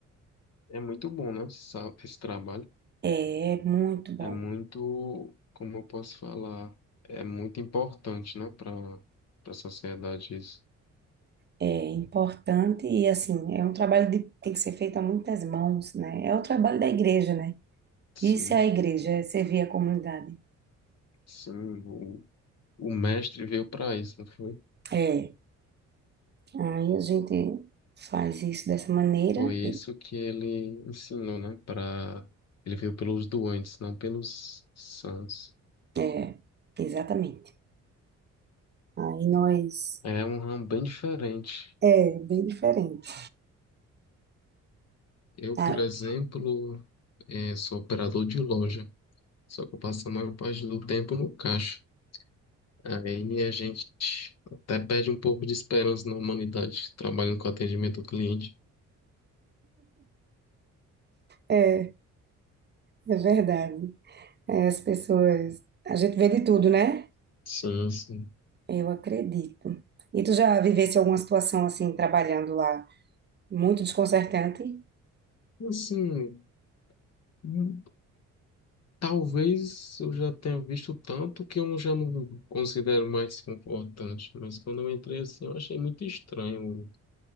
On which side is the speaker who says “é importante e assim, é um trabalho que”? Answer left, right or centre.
Right